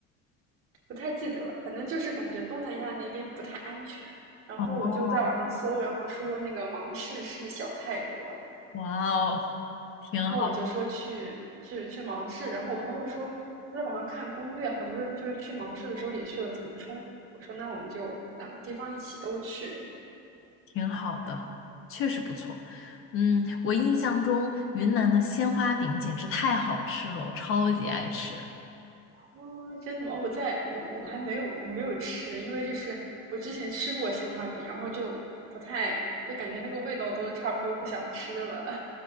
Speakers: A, on the right; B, on the left.
A: 不太记得了，反正就是感觉东南亚那边不太安全，然后我就在网上搜，
B: 哦，
A: 然后说那个芒市是小泰国，
B: 哇哦，挺好。
A: 然后我就说去去去芒市，然后我朋友说他在网上看攻略，好多人就是去芒市的时候也去了腾冲。我说那我们就两个地方一起都去。
B: 挺好的，确实不错。嗯，我印象中云南的鲜花饼简直太好吃了，我超级爱吃。
A: 哦，真的吗？我在我我还没有我没有吃，因为就是我之前吃过鲜花饼，然后就不太就感觉那个味道都差不多，不想吃了。<laughs>